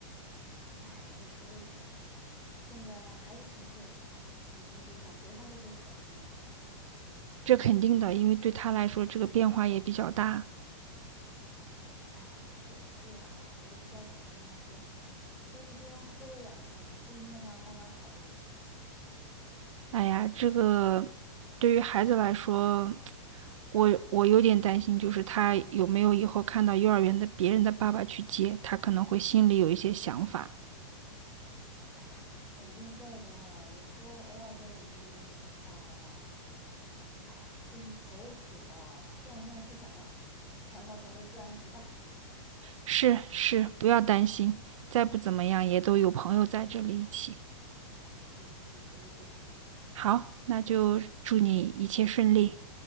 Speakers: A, in the centre; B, on the right (about 80°).
A: 哎，你说的也是，现在孩子情绪也不好，我估计找谁他都会排斥呢。
B: 这肯定的，因为对他来说，这个变化也比较大。
A: 哎呀，可不是呀，我都不知道怎么跟他说。前几天哭了两天，今天吧慢慢好了一点。
B: 哎呀，这个对于孩子来说，我我有点担心，就是他有没有以后看到幼儿园的别人的爸爸去接，他可能会心里有一些想法。
A: 哎呀，肯定会的，有时候偶尔就冷不丁的提起爸爸爸爸的。哎呀，真是愁死了。算了算了，不想了，船到桥头自然直吧。
B: 是是，不要担心，再不怎么样也都有朋友在这里一起。
A: 嗯，你说的对，
B: 好，那就祝你一切顺利。